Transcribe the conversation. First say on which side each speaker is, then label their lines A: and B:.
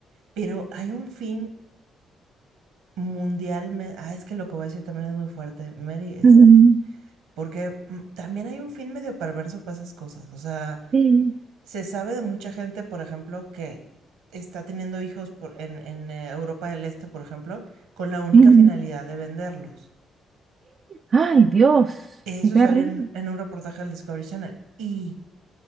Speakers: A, on the right; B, on the right.
A: Pero hay un fin mundial. me- Ah, es que lo que voy a decir también es muy fuerte, Mary, este.
B: ujú,
A: Porque mm, también hay un fin medio perverso para esas cosas. O sea,
B: Sí.
A: se sabe de mucha gente, por ejemplo, que está teniendo hijos por- en, en eh, Europa del Este, por ejemplo, con la única
B: Ujú.
A: finalidad de venderlos.
B: Ay, Dios,
A: Eso
B: qué terrible.
A: salió en, en un reportaje del Discovery Channel. Y